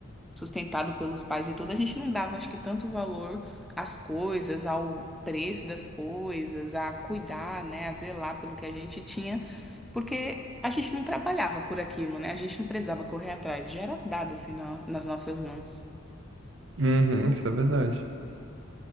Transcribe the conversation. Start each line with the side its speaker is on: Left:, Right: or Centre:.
Centre: sustentado pelos pais e tudo, a gente não dava, acho que, tanto valor às coisas, ao preço das coisas, a cuidar, né, a zelar pelo que a gente tinha, porque a gente não trabalhava por aquilo, né? A gente não precisava correr atrás, já era dado assim na- nas nossas mãos.
Right: Uhum, isso é verdade.